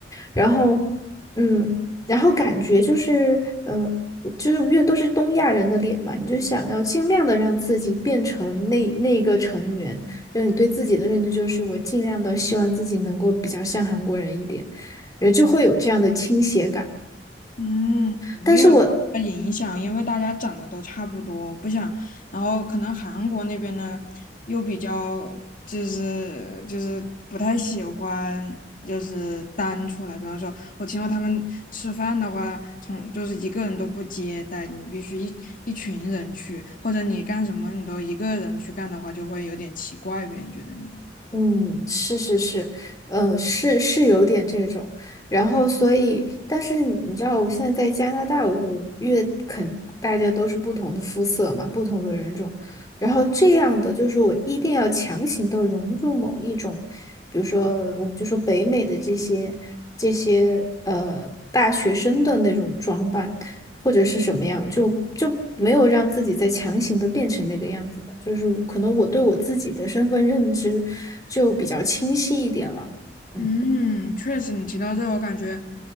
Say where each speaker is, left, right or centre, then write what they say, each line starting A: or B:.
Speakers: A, on the left; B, on the left.
A: 然后，嗯，然后感觉就是，嗯、呃就是越都是东亚人的脸嘛，你就想要尽量的让自己变成那那个成员，就是你对自己的认知就是我尽量的希望自己能够比较像韩国人一点，人就会有这样的倾斜感。
B: 嗯，没有什大影响，
A: 但是我
B: 因为大家长得都差不多，不想，然后可能韩国那边呢又比较就是就是不太喜欢就是单出来，比方说我听说他们吃饭的话，从就是一个人都不接待，你必须一一群人去，或者你干什么你都一个人去干的话，就会有点奇怪，别人觉得你。
A: 嗯，是是是，呃，是是有点这种，然后所以，但是你知道，我现在在加拿大，我就越肯大家都是不同的肤色嘛，不同的人种，然后这样的就是我一定要强行的融入某一种，比如说我们就说北美的这些这些呃大学生的那种装扮，或者是什么样，就就没有让自己再强行的变成那个样子了。就是可能我对我自己的身份认知就比较清晰一点了。嗯，
B: 嗯，确实，你提到这个，我感觉，